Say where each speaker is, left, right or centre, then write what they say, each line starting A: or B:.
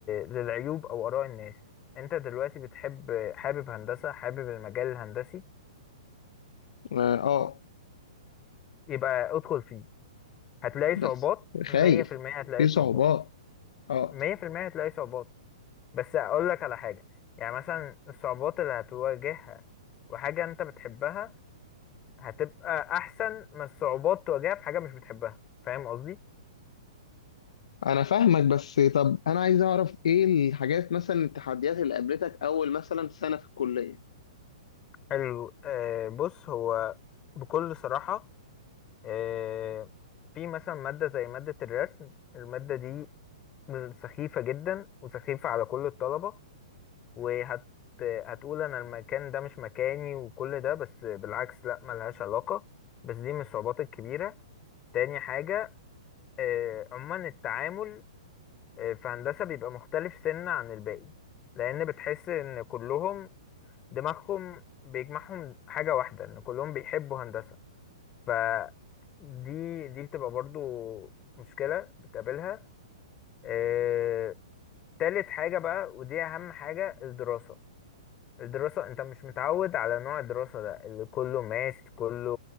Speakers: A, on the left (about 25°); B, on the left (about 75°).
A: للعيوب او اراء الناس انت دلوقتي بتحب حابب هندسة حابب المجال الهندسي
B: اه آه،
A: يبقى ادخل فيه هتلاقي
B: بس
A: صعوبات
B: خايف
A: مية في المية هتلاقي
B: في
A: صعوبات
B: صعوبات اه
A: مية في المية هتلاقي صعوبات بس اقول لك على حاجة يعني مثلا الصعوبات اللي هتواجهها وحاجة انت بتحبها هتبقى احسن من الصعوبات تواجهها في حاجة مش بتحبها فاهم قصدي
B: انا فاهمك بس طب انا عايز اعرف ايه الحاجات مثلا التحديات اللي قابلتك اول مثلا سنة في الكلية
A: حلو آه بص هو بكل صراحة آه، في مثلا مادة زي مادة الرسم المادة دي سخيفة جدا وسخيفة على كل الطلبة وهت هتقول أنا المكان ده مش مكاني وكل ده بس بالعكس لأ ملهاش علاقة بس دي من الصعوبات الكبيرة تاني حاجة آه، عموما التعامل آه، في هندسة بيبقى مختلف سنة عن الباقي لأن بتحس إن كلهم دماغهم بيجمعهم حاجة واحدة إن كلهم بيحبوا هندسة ف دي دي بتبقى برضو مشكلة بتقابلها آه، تالت حاجة بقى ودي أهم حاجة الدراسة الدراسة أنت مش متعود على نوع الدراسة ده اللي كله ماس كله